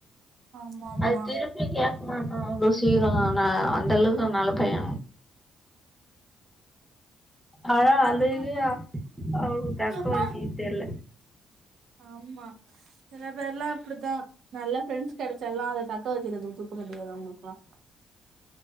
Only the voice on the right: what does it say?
ஆமா ஆமா
ஆமாமா
எம்மா
ஆமா சில பேர்லா அப்டிதா நல்ல ஃப்ரெண்ட்ஸ் கிடைச்சால்லா அத தக்க வச்சுக்கிறத உட்டுட் <unintelligible>